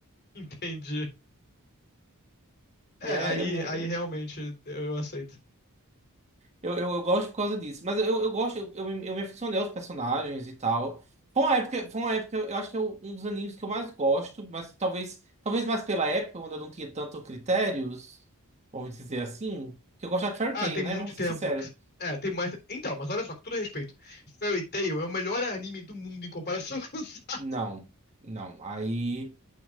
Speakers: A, on the left; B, on the right.
A: Entendi. É,
B: né?
A: aí,
B: É mu-
A: aí realmente eu aceito.
B: Eu, eu, eu gosto por causa disso. Mas eu, eu gosto, eu, eu, me eu me aficionei aos personagens e tal. Foi uma época, foi uma época, eu acho que é um dos animes que eu mais gosto, mas talvez, talvez mais pela época, quando eu não tinha tanto critérios, vamos dizer assim, que eu gosto de Fairy
A: Ah,
B: Tail,
A: tem muito
B: né? Vamos
A: tempo.
B: ser sinceros.
A: que- É, tem mais. Então, mas olha só, com todo respeito, Fairy Tail é o melhor anime do mundo em comparação <laughs> com o Sal.
B: Não, não. Aí.